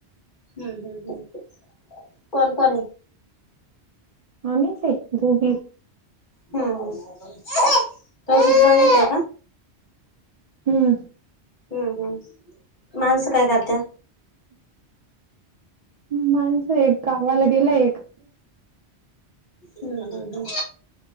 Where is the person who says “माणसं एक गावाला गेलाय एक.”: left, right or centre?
Right